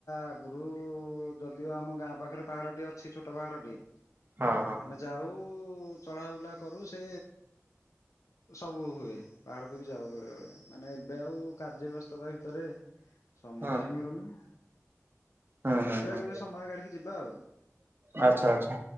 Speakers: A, on the left; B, on the right.
A: ଆଗରୁ ଯଦିଓ ଆମ ଗାଁ ପାଖରେ ପାହାଡଟି ଅଛି ଛୋଟ ପାହାଡଟି
B: ହଁ ହଁ
A: ଆମେ ଯାଉ ଚଢ଼ ବୁଲା କରୁ ସେ ସବୁ ହୁଏ ପାହାଡକୁ ବି ଯାଉ ବଳେ ବେଳେ ମାନେ ଏବେ ଆଉ କାର୍ଯ୍ୟ ବ୍ୟସ୍ତ ତା ଭିତରେ ସମୟ
B: ହଁ
A: ହିଁ ମିଳୁନି।
B: ହଁ
A: ଦେଖିବା
B: ହଁ ହଁ
A: କେବେ ସମୟ କାଢିକି ଯିବା ଆଉ।
B: ଆଚ୍ଛା ଆଚ୍ଛା